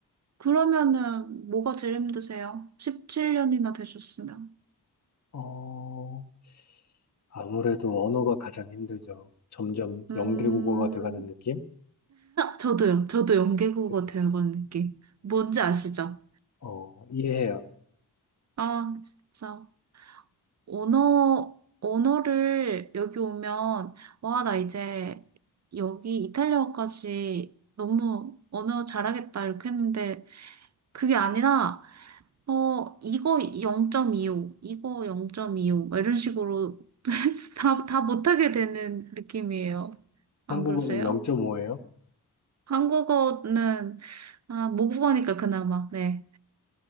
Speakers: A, on the right (about 40°); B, on the left (about 40°).
A: 그러면은 뭐가 제일 힘드세요? 17년이나 되셨으면.
B: 어, 아무래도 언어가 가장 힘들죠. 점점
A: 음,
B: 영계국어가 돼가는 느낌?
A: 저도요. 저도 연계국어
B: 그렇죠.
A: 배워간 느낌. 뭔지 아시죠?
B: 어, 이해해요.
A: 아, 진짜. 언어, 언어를 여기 오면, 와, 나 이제 여기 이탈리아어까지 너무 언어 잘하겠다, 이렇게 했는데, 그게 아니라, 어, 이거 0.25, 이거 0.25, 막 이런 식으로 <laughs> 다, 다 못하게 되는 느낌이에요. 안
B: 한국어는
A: 그러세요?
B: 0.5예요?
A: 한국어는, 아, 모국어니까 그나마, 네.